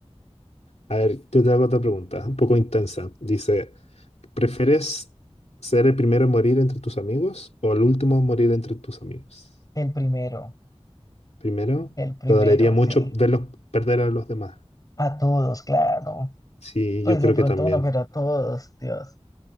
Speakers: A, on the left (about 85°); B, on the left (about 35°).
A: A ver, yo te hago otra pregunta, un poco intensa. Dice, ¿prefieres ser el primero en morir entre tus amigos o el último en morir entre tus amigos?
B: El primero,
A: Primero,
B: el primero,
A: te dolería mucho
B: sí.
A: verlos perder a los demás.
B: A todos, claro.
A: Sí,
B: Pues
A: yo creo
B: de pronto
A: que también.
B: uno, pero a todos, Dios.